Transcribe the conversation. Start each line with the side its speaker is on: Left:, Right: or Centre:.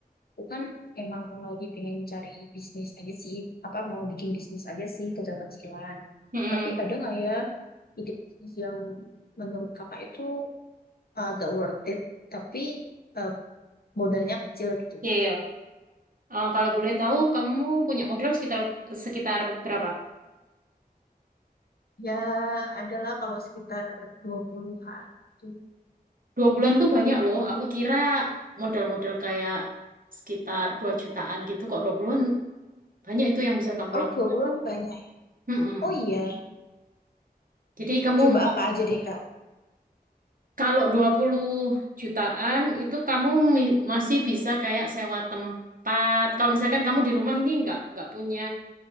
Left: aku kan emang lagi pengen cari bisnis aja sih, apa mau bikin bisnis aja sih kecil-kecilan.
Right: Mm-mm.
Left: Tapi ada nggak ya ide bisnis yang menurut Kakak itu agak worth it, tapi eh, modalnya kecil gitu?
Right: Iya. iya. Eh, kalau boleh tahu, kamu punya modal sekitar sekitar berapa?
Left: Ya, adalah kalau sekitar 20-an. gitu.
Right: Dua bulan tuh banyak loh. Aku kira modal-modal kayak sekitar 2 jutaan gitu. Kok 20 bulan banyak itu yang bisa kamu
Left: Oh,
Right: lakukan.
Left: dua bulan banyak.
Right: Mm-mm.
Left: Oh iya,
Right: Jadi kamu
Left: coba
Right: mau-
Left: apa aja deh
Right: kalau dua puluh jutaan itu kamu mi- masih bisa kayak sewa tempat. Kalau misalkan kamu di rumah ini nggak nggak punya